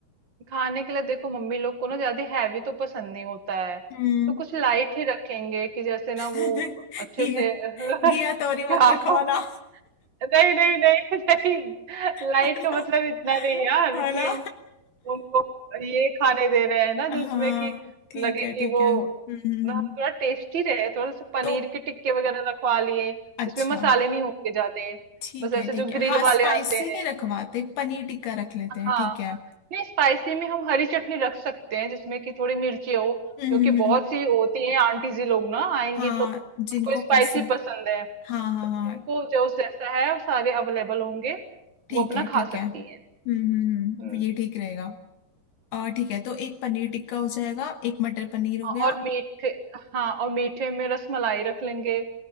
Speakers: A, on the right; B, on the left.
A: खाने के लिए देखो मम्मी लोग को ना ज्यादा हैवी तो पसंद नहीं होता है
B: हम्म
A: तो कुछ लाइट ही रखेंगे कि जैसे
B: <laughs>
A: ना वो अच्छे
B: घिया
A: से <laughs>
B: घिया तोरी
A: खाओ
B: मत रखवाना
A: नहीं नहीं नहीं नहीं लाइट
B: <laughs>
A: का मतलब इतना नहीं यार
B: है
A: कि
B: ना
A: हम उनको ये खाने दे रहे हैं ना
B: हाँ
A: जिसमें कि
B: ठीक
A: लगे
B: है
A: कि
B: ठीक
A: वो
B: है हम्म हम्म, हम्म।
A: हाँ, थोड़ा टेस्टी रहे थोड़ा सा पनीर
B: तो
A: के टिक्के वगैरह रखवा लिए
B: अच्छा
A: जिसमें मसाले नहीं होंगे ज्यादा
B: ठीक
A: बस
B: है
A: ऐसे
B: ठीक
A: जो
B: है
A: ग्रिल
B: हाँ
A: वाले
B: स्पाइसी
A: आते
B: नहीं
A: हैं
B: रखवाते पनीर टिक्का रख लेते हैं
A: हाँ
B: ठीक है
A: हाँ नहीं स्पाइसी में हम हरी चटनी रख सकते हैं जिसमें कि थोड़ी मिर्ची हो
B: हम्म
A: क्योंकि
B: हम्म, हम्म,
A: बहुत सी होती है आंटी जी लोग ना आएंगी
B: हाँ
A: तो उनको
B: जिनको
A: स्पाइसी
B: पसंद
A: पसंद है
B: हाँ हाँ हाँ
A: इनको जो जैसा है वो सारे अवेलेबल होंगे
B: ठीक
A: वो अपना
B: है
A: खा
B: ठीक
A: सकती
B: है हम्म
A: हैं
B: हम्म हम्म,
A: हम्म
B: ये ठीक रहेगा और ठीक है तो एक पनीर टिक्का हो जाएगा एक मटर पनीर हो
A: हाँ,
B: गया
A: और मीठे हाँ और मीठे में रसमलाई रख लेंगे